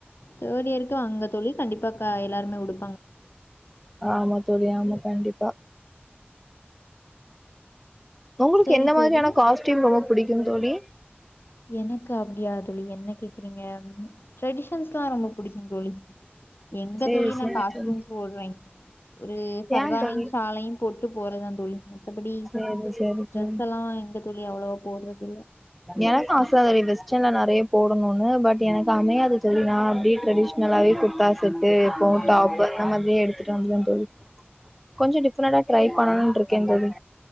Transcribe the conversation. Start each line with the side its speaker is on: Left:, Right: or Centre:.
Left: தேர்ட் இயர்க்கு அங்க தோழி கண்டிப்பா க எல்லாருமே உடு
Centre: ஆமா தோழி ஆமா கண்டிப்பா உங்களுக்கு
Left: சரி
Centre: என்ன மாதிரியான
Left: தோழி
Centre: காஸ்ட்யூம் ரொம்ப புடிக்கு தோழி
Left: எனக்கு அப்டியா தோழிங்க என்ன கேக்குறீங்க ட்ரெடிஷன்ஸ்ல்லா ரொம்ப புடிக்கு தோழி எங்க
Centre: சேரி
Left: தோழி
Centre: சேரி
Left: நா காஸ்ட்யூம்ஸ்
Centre: தோழி
Left: போட்ற்றே ஒரு ஃபர்தாவையு
Centre: ஏ தோழி
Left: சால்லயு போட்டு போறத்தா தோழி கப்படி
Centre: சேரி சேரி
Left: ட்ரெஸ்ல்லா
Centre: தோழி
Left: எங்க தோழி அவ்ளோவா போட்றது
Centre: எனக்கு ஆச இந்த வெஸ்டன்ல நறையா போடணுன்னு பட் எனக்கு அமையாது தோழி நா அப்டியே ட்ரெடிஸ் னாலாவே இந்த குர்த்தா செட்டு போட்
Left: ஆஹ்
Centre: டாப்பு அந்த மாத்ரியே ட்றாங்க தோழி கொஞ்சொ டிஃப்ரன்டா ட்ரை பண்ணலான் இருக்கே தோழி